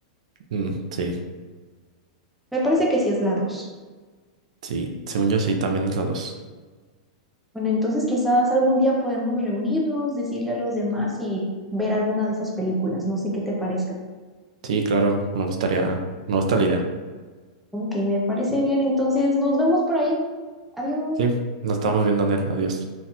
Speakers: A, on the right (about 65°); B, in the centre.
A: mm, sí,
B: Me parece que sí es la dos.
A: sí. Según yo sí, también es la dos.
B: Bueno, entonces quizás algún día podemos reunirnos, decirle a los demás y ver alguna de esas películas. No sé qué te parezca.
A: Sí, claro, me gustaría, me gusta la idea.
B: Ok, me parece bien. Entonces nos vemos por ahí. Adiós.
A: Sí, nos estamos viendo, él. Adiós.